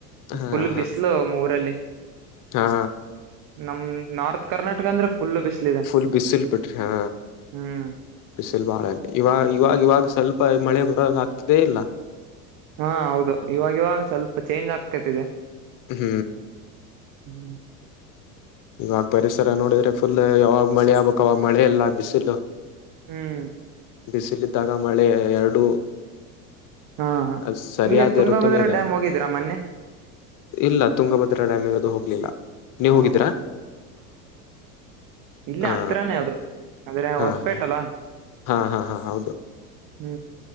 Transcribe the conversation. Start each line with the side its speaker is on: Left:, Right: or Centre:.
Left: ಹಾ
Right: ಫುಲ್ ಬಿಸ್ಲು
Left: ಹಾ
Right: ಮ್ ಊರಲ್ಲಿ
Left: ಹಾ
Right: ನಮ್ ನಾರ್ತ್ ಕರ್ನಾಟಕ ಅಂದ್ರೆ. ಫುಲ್ ಬಿಸಿಲಿದೆ
Left: ಫುಲ್ ಬಿಸಿಲ್ ಬಿಟ್ರ ಹಾ
Right: ಹ್ಮ್
Left: ಬಿಸಿಲ್ ಬಾಳಲ್ಲಿ ಇವಾ ಇವಾಗ್ ಇವಾಗ ಇವಾಗ್ ಸ್ವಲ್ಪ. ಪ ಮಳೆ ಬರೋ ಆಗ್ತಿದೆ ಇಲ್ಲ.
Right: ಹಾ ಹೌದು ಇವಾಗ್ ಇವಾಗ್ ಸ್ವಲ್ಪ ಚೇಂಜ್ ಆಗ್ತತದೆ.
Left: ಹ್ಮ್
Right: ಹ್ಮ್
Left: ಇವಾಗ್ ಪರಿಸರ ನೋಡಿದ್ರೆ ಫುಲ್ ಯಾವಾಗ್ ಮಳೆ ಆಗ್ಬೇಕೊ ಮಳೆಲ್ಲ ಬಿಸಿಲು.
Right: ಹ್ಮ್
Left: ಬಿಸಿಲಿದ್ದಾಗ ಮಳೆ ಎರಡು.
Right: ಹಾ
Left: ಅದ್ ಸರಿಯಾದ
Right: ಹಿಂಗೆ ತುಂಗಭದ್ರ
Left: ಋತೆನೆಲ್ಲ
Right: ಡ್ಯಾಮ್
Left: ಇವಾಗ್.
Right: ಹೋಗಿದ್ರಾ ಮೊನ್ನೆ
Left: ಇಲ್ಲ ತುಂಗಭದ್ರಾ ಡ್ಯಾಮ್ ಇರೋದು ಹೋಗ್ಲಿಲ್ಲ ನೀವ್
Right: ಹ
Left: ಹೋಗಿದ್ರಾ.
Right: ಇಲ್ಲ
Left: ಹ
Right: ಹತ್ರಾನೇ ಅದು ಅಂದ್ರೆ
Left: ಹಾ
Right: ಹೊಸ್ಪೇಟ್ ಅಲ್ಲ.
Left: ಹಾ ಹಾ ಹಾ ಹೌದು.
Right: ಹ್ಮ್